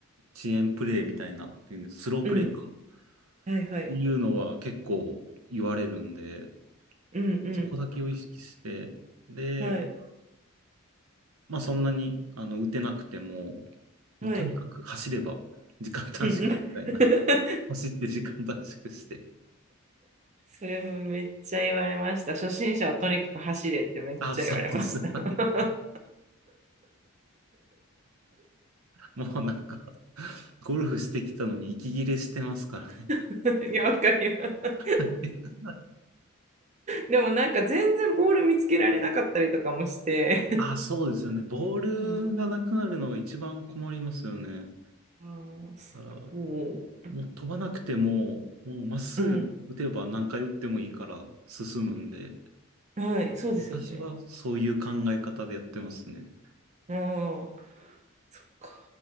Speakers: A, on the right (about 80°); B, on the right (about 30°).
A: 遅延プレイみたいな、っていうスロープレイか。
B: うん。はいはい。
A: っていうのは結構言われるんで、
B: うんうん。
A: そこだけを意識して、で、
B: はい。
A: まあそんなにあの打てなくても、もうとにかく走れば時間短縮みたいな。
B: はい。うんうん。<laughs>
A: <laughs> 走って時間短縮して。
B: それもめっちゃ言われました。初心者はとにかく走れってめっちゃ言われました。
A: あ、そうです。はい。もうなんか、ゴルフしてきたのに息切れしてますから
B: <laughs> いや、わかります。
A: ね。
B: でもなんか全然ボール見つけられなかったりとかもして。
A: あ、そうですよね。ボー
B: うん
A: ルがなくなるのが一番困りますよね。
B: あー
A: だから、
B: そう
A: もう飛ばなくても、もうまっすぐ打てば何回打ってもいいから進むんで、
B: うん。はい、そうですよね。
A: 私はそういう考え方でやってますね。
B: ああ、そっか。